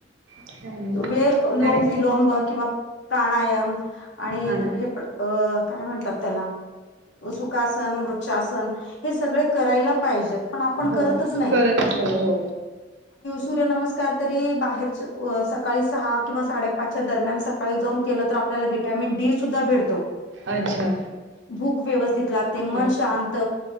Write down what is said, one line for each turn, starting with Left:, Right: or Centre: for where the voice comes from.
Right: काय नाही
Left: वे लोंब
Right: त्याने
Left: विलोब किंवा प्राणायाम आणि
Right: आणा
Left: हे अ काय म्हणतात त्याला सुखासन वृक्षासन करा पण आपन
Right: हो
Left: करत चा नाही.
Right: करतच नाही हो
Left: सूर्यनमस्कार तरी बाहेरच सकाळी सहा किंवा साडेपाचच्या दरम्यान सकाळी जाऊन केलं तर त्याला विटामिन डी सुद्धा भेटतो
Right: अच्छा
Left: भूक व्यवस्थित लागते, मन
Right: लागत
Left: शांत